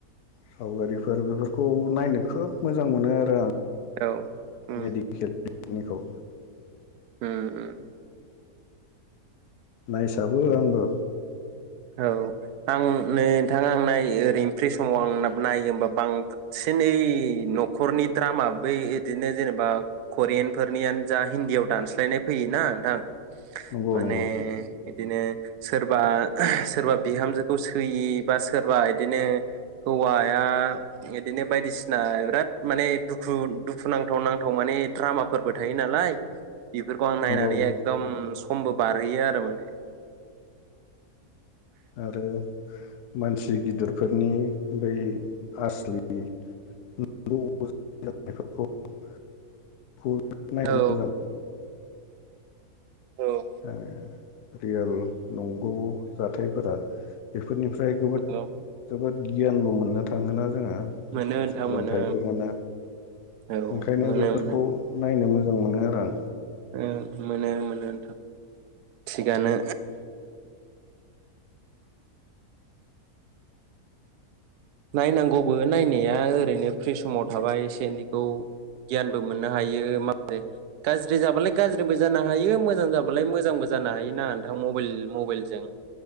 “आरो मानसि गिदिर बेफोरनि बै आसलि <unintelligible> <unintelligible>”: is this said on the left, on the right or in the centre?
Left